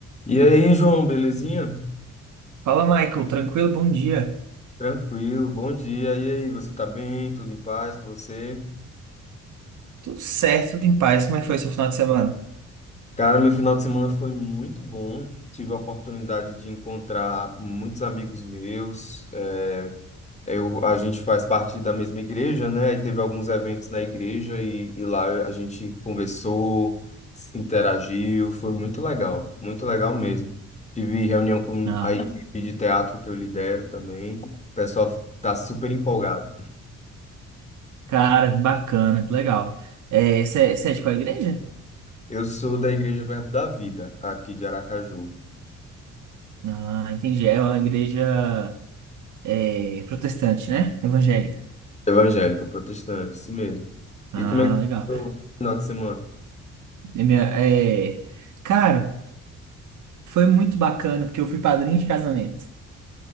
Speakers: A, on the left (about 25°); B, on the right (about 75°).
A: E aí, João, belezinha?
B: Fala, Michael. Tranquilo? Bom dia.
A: Tranquilo, bom dia. E aí, você tá bem? Tudo em paz com você?
B: Tudo certo, tudo em paz. Como é que foi seu final de semana?
A: Cara, meu final de semana foi muito bom. Tive a oportunidade de encontrar muitos amigos meus. É, eu, a gente faz parte da mesma igreja, né? Aí teve alguns eventos na igreja e, e lá a gente conversou, s- interagiu. Foi muito legal, muito legal mesmo. Tive reunião com
B: Ah,
A: a equipe de teatro que eu lidero também. O pessoal tá super empolgado.
B: cara, que bacana, que legal. É, você é você é de qual igreja?
A: Eu sou da Igreja Verbo da Vida, aqui de Aracaju.
B: Ah, entendi. É uma igreja é, protestante, né? Evangélica.
A: Evangélica, protestante, isso mesmo.
B: Ah,
A: E como é que
B: legal.
A: foi o final de semana?
B: E minha- é, cara, foi muito bacana, porque eu fui padrinho de casamento.